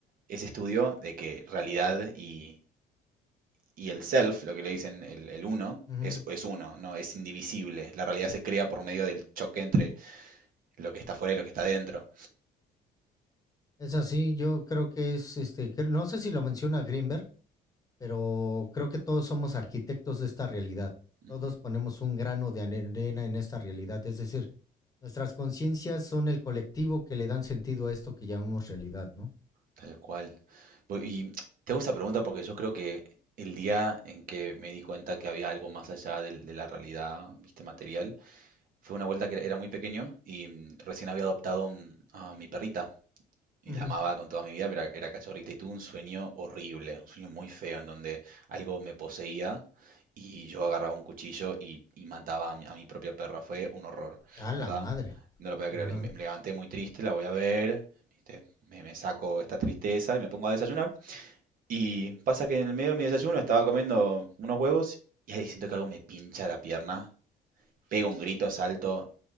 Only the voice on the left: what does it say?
Ujú.
Es así, yo creo que es, este, que- no sé si lo menciona Greenberg, pero creo que todos somos arquitectos de esta realidad.
Todos ponemos un grano de ane- arena en esta realidad, es decir, nuestras conciencias son el colectivo que le dan sentido a esto que llamamos realidad, ¿no?
Ujú.
A la
madre.
Ajá.